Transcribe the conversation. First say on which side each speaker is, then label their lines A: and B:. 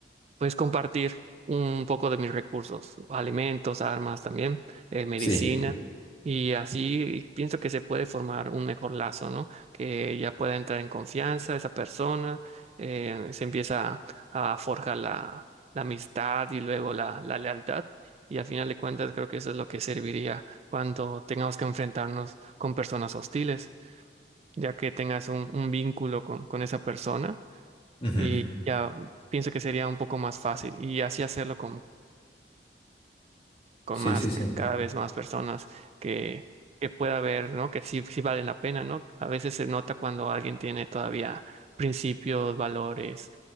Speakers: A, on the right; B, on the left.
A: pues, compartir un poco de mis recursos, alimentos, armas también, eh, medicina.
B: Sí.
A: Y así pienso que se puede formar un mejor lazo, ¿no? Que ya pueda entrar en confianza esa persona, eh, se empieza a forjar la, la amistad y luego la, la lealtad. Y al final de cuentas creo que eso es lo que serviría cuando tengamos que enfrentarnos con personas hostiles ya que tengas un, un vínculo con, con esa persona
B: Ujú.
A: y ya pienso que sería un poco más fácil y así hacerlo con, con
B: Sí,
A: más,
B: sí, sí.
A: cada vez más personas que, que pueda ver, ¿no? Que sí, sí valen la pena, ¿no? A veces se nota cuando alguien tiene todavía principios, valores,